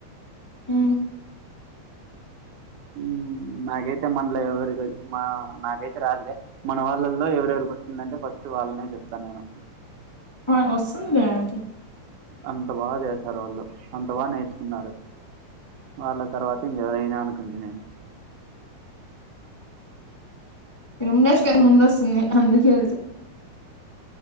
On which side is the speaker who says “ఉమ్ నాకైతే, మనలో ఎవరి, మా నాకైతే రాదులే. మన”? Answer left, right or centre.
Right